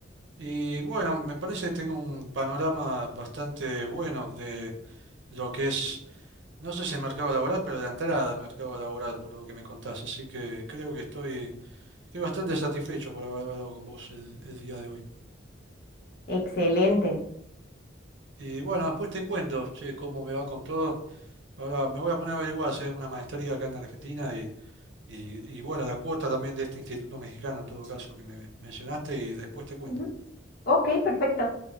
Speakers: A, on the right; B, on the left.
A: Y bueno, me parece que tengo un panorama bastante bueno de lo que es, no sé si el mercado laboral, pero la entrada al mercado laboral, por lo que me contás. Así que creo que estoy, estoy bastante satisfecho por haber hablado con vos el, el día de hoy.
B: Excelente.
A: Y bueno, después te cuento, che, cómo me va con todo. Ahora me voy a poner a averiguar si hay una maestría acá en Argentina y, y, y bueno, la cuota también de este instituto mexicano, en todo caso, que me mencionaste, y después te cuento.
B: Ujú. Ok, perfecto.